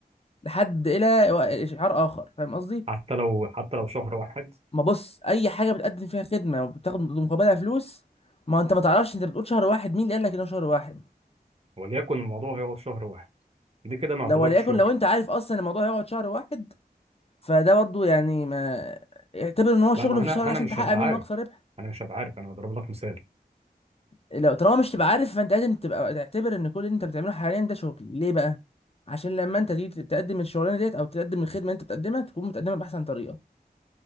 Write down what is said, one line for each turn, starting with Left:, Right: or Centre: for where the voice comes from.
Left: لحد الى و- شعار اخر فاهم قصدي
Right: حتى لو حتى لو شهر واحد
Left: ما بص اي حاجه بتقدم فيها خدمه وبتاخد مقابلها فلوس ما انت ما تعرفش انت بتقول شهر واحد مين اللي قال لك انه شهر واحد
Right: وليكن الموضوع هيقعد شهر واحد دي كده ما
Left: لو
Right: يعتبرش
Left: وليكن
Right: شغل
Left: لو انت عارف اصلا إن الموضوع هيقعد شهر واحد فده برضو يعني ما اعتبر ان هو شغل
Right: لا ما
Left: في
Right: انا
Left: الشهر ده
Right: انا
Left: عشان
Right: مش
Left: تحقق
Right: هبقى
Left: منه
Right: عارف
Left: اقصى ربح
Right: انا مش هبقى عارف انا بضرب لك مثال
Left: لو طالما مش تبقى عارف فانت لازم تبقى تعتبر ان كل اللي انت بتعمله حاليا ده شغل ليه بقى عشان لما انت تيجي تقدم الشغلانه ديت او تقدم الخدمه اللي انت بتقدمها تكون بتقدمها باحسن طريقه